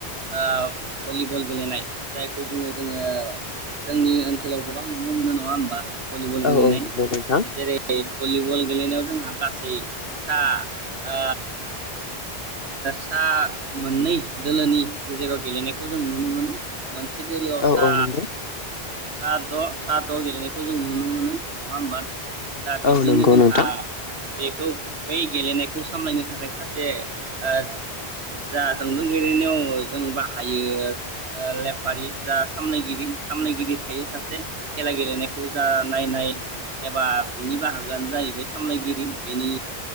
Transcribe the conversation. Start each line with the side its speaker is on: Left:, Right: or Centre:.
Right: ओ भलिबल गेलेनाय जायखौ बुङो जोङो जोंनि ओनसोलाव गोबां नुनो मोनो नङा होमबा भलिबल
Left: औ
Right: गेलेनाय
Left: औ नंगौ नोंथां
Right: जेरै भलिबल गेलेनायाव जोंहा गासै सा ओ सा मोननै दोलोनि गेजेराव गेलेनायखौ जों नुनो मोनो मोनसे दोलोआव
Left: औ
Right: सा
Left: औ नंगौ
Right: सा द' सा द' गेलेनायखौ जों नुनो मोनो नङा होमबा दा बिदिनो
Left: औ नंगौ
Right: जोंहा
Left: नोंथां
Right: बेखौ बै गेलेनायखौ सामलायनो थाखाय सासे ओ जा जोंलु गेलेनायाव जों बाहायो लेफारि दा सामलायगिरि सामलायगिरि थायो सासे खेला गेलेनायखौ जा नायनाय एबा बिनि बाहागोआनो जाहैबाय सामलायगिरि बेनि